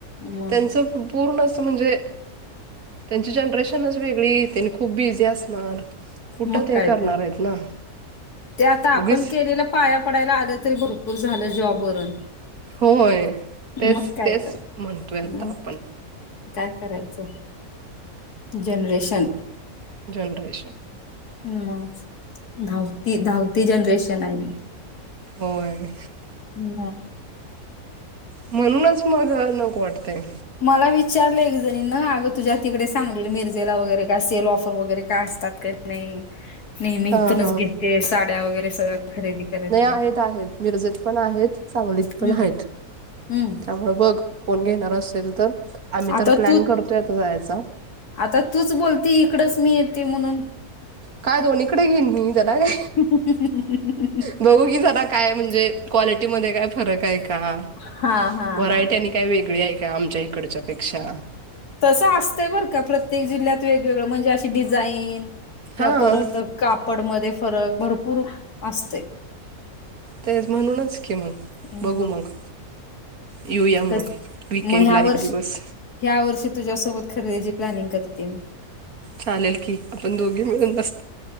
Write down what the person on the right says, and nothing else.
त्यांचं पूर्ण असं म्हणजे. त्यांची जनरेशनच वेगळी, त्यांनी खूप बिझी असणार. कुठं
ते
करणार
आहेत ना,
उगीच.
होय. तेच,
तेच
म्हणतोय आता
आपण.
जनरेशन
होय.
म्हणूनच मग नको वाटतयं.
हा
हा
नाही आहेत-आहेत मिरजेत पण आहेत, सांगलीत पण
आहेत
त्यामुळं बघ. कोण घेणार असेल तर, आम्ही
तर प्लॅन
करतोय आता जायाचा.
काय दोन्हीकडं घेईन मी त्याला काय.
बघू की जरा काय म्हणजे क्वालिटी मध्ये काय फरक आहे का?
व्हरायटी
आणि काय वेगळी आहे का, आमच्या इकडच्या पेक्षा.
हा
तेच म्हणूनच की मग.
बघू मग, येऊया मग,
वीकेंड
ला एक
दिवस.
चालेल की, आपण दोघी मिळून बस